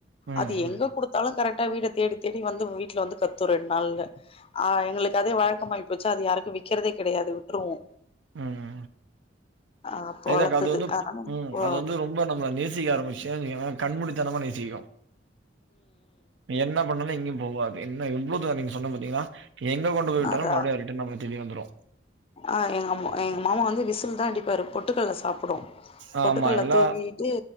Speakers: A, on the right; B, on the left.
A: ம்
B: அது எங்க குடுத் டாலு கரெக்டா வீட தேடி தேடி வந்து வீட்டுல வந்து கத்து ரெண்டு நாள்ல ஆ எங்களுக்கு அதே வழக்கமாயி போச்சா அது யாருக்கு விக்கிறதே கெடையாது விட்டுருவோ
A: ம்
B: ஆ பொளத்தது
A: எங்க அது வந்து
B: அதனால
A: ம்
B: போ
A: அது வந்து ரொம்ப நம்மள நேசிக்க ஆரம்பிச் சா கண் முடித்தனமா நேசிக்கு என்ன பண்ணாலு எங்கயு போவாது என்ன எவ்ளோ தூரோ நீங்க சொன்ன பாத்திங்ளா எங்க கொண்டு போய் விட்டாலு
B: அதா
A: மறுபடியு ரிட்டன் நம்ம தேடி வந்துரு
B: ஆ எங்க எங்க மாமா வந்து விசில் தா அடிப்பாரு பொட்டுக்கல்ல சாப்புடோ
A: ஆமா
B: பொட்டுக்கல்ல
A: எல்லா
B: தூவிட்டு